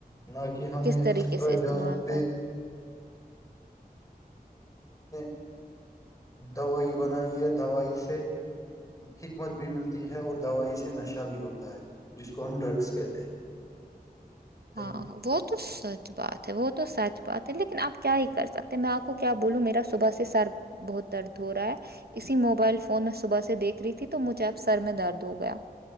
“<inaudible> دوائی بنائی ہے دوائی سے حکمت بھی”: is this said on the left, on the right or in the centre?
Left